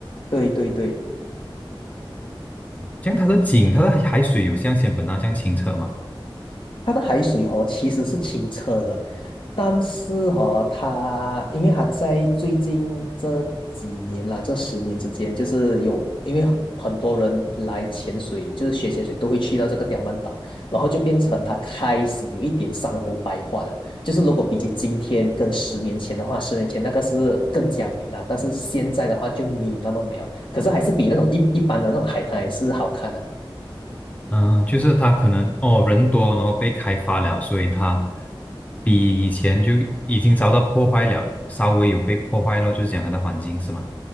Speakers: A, on the left; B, on the left.
A: 对对对。
B: 像它的景，它的海水有像仙本那这样清澈吗？
A: 它的海水哦，其实是清澈的，但是哦，它因为它在最近这几年啦，这十年之间，就是有因为很多人来潜水，就是学潜水都会去到这个刁曼岛，然后就变成它开始有一点珊瑚白化了。就是如果比起今天跟十年前的话，十年前那个是更加美了，但是现在的话就没有那么美了，可是还是比那种一一般的那种海滩还是好看的
B: 嗯，就是它可能哦人多，然后被开发了，所以它比以前就已经遭到破坏了，稍微有被破坏了，就是讲它的环境是吗？